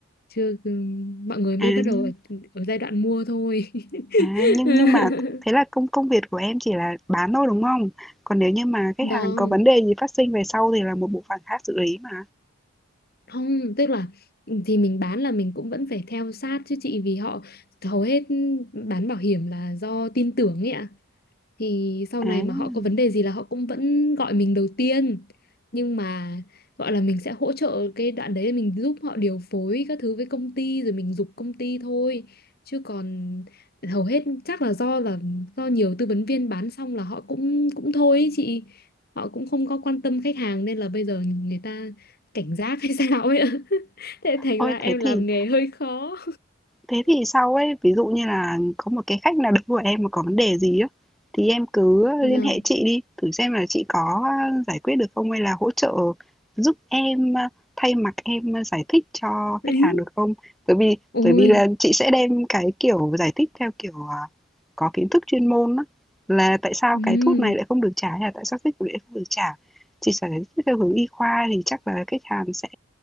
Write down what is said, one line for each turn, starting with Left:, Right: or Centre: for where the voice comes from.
Left: chưa ừ, mọi người mới
Centre: à
Left: bắt
Centre: nhưng
Left: đầu ở, ở giai đoạn mua thôi <laughs>
Centre: à nhưng nhưng mà thế là công công việc của em chỉ là bán thôi đúng không còn nếu như mà khách
Left: vâng
Centre: hàng có vấn đề gì phát sinh về sau thì là một bộ phận khác xử lý mà
Left: không tức là ừ, thì mình bán là mình cũng vẫn phải theo sát chứ chị vì họ hầu hết bán bảo hiểm là do tin tưởng ấy ạ thì sau này
Centre: à
Left: mà họ có vấn đề gì là họ cũng vẫn gọi mình đầu tiên nhưng mà gọi là mình sẽ hỗ trợ cái đoạn đấy mình giúp họ điều phối các thứ với công ty rồi mình giục công ty thôi chứ còn hầu hết chắc là do là do nhiều tư vấn viên bán xong là họ cũng cũng thôi ý chị họ cũng không có quan tâm khách hàng nên là bây giờ người ta cảnh giác hay <laughs> sao ấy ạ. <laughs> thế thành
Centre: Ôi,
Left: ra em
Centre: thế
Left: làm
Centre: thì
Left: nghề hơi khó
Centre: thế thì sau ấy, ví dụ như là có một cái khách nào đấy của em mà có vấn đề gì á, thì em cứ
Left: Nào.
Centre: liên hệ chị đi, thử xem là chị có, giải quyết được không hay là hỗ trợ giúp em, thay mặt em, giải thích cho
Left: ấy
Centre: khách hàng được không? Bởi vì
Left: ôi
Centre: bởi vì là chị sẽ đem cái, kiểu, giải thích theo kiểu, à, có kiến thức chuyên môn á, là tại sao
Left: ừ.
Centre: cái thuốc này lại không được trả hay là tại sao thuốc này lại không được trả. Chị sẽ giải thích theo hướng y khoa thì chắc là khách hàng sẽ